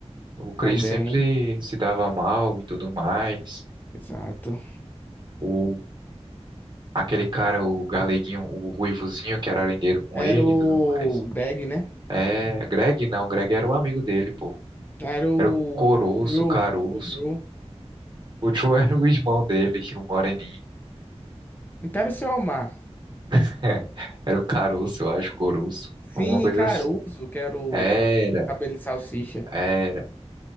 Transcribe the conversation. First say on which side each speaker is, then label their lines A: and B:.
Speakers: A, on the right; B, on the left.
A: O Chris
B: também.
A: sempre se dava mal e tudo mais.
B: Exato.
A: com aquele cara, o galeguinho, o ruivozinho que era arengueiro com
B: Era
A: ele
B: o
A: e tudo mais.
B: Greg, né?
A: É, Greg não, Greg era o amigo dele, pô.
B: Era o
A: Era o Coroço,
B: Drew,
A: o Caroço.
B: o Drew.
A: O Tio <laughs> era o irmão dele, o Moreninho.
B: Então era o seu Omar.
A: <laughs> Era o Caroço, eu acho, Coroço.
B: Sim,
A: Alguma coisa
B: e Caruso,
A: assim.
B: que era o
A: Era,
B: cabelo de salsicha.
A: era.